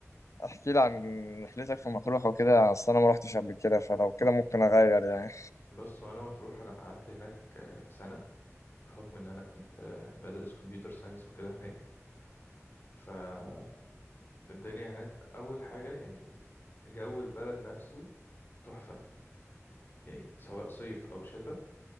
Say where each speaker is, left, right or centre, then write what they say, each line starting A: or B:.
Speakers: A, on the left (about 70°); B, on the left (about 40°).
A: احكي لي عن رحلتك في مطروح وكده اصل انا ما رحتش قبل كده فلو كده ممكن اغير يعني
B: بص وانا مطروح انا قعدت هناك آه، سنه بحكم ان انا كنت آه، بدرس كمبيوتر ساينس وكده هناك فالدنيا هناك اول حاجه يعني جو البلد نفسه تحفه يعني سواء صيف او شتاء